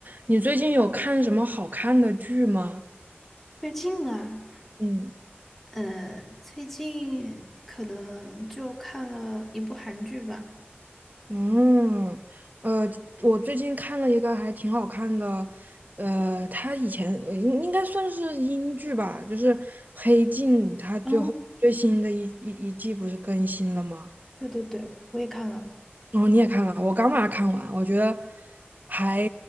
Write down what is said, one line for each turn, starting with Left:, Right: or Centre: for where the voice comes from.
Right: 你最近有看什么好看的剧吗？
Centre: 最近啊，
Right: 嗯，
Centre: 呃，最近可能就看了一部韩剧吧。
Right: 嗯，呃，我最近看了一个还挺好看的，呃，它以前呃应应该算是英剧吧，就是《黑镜》，它最后最新的一一一季不是更新了吗？
Centre: 哦，对对对，我也看了。
Right: 然后你也看了，我刚把它看完，我觉得还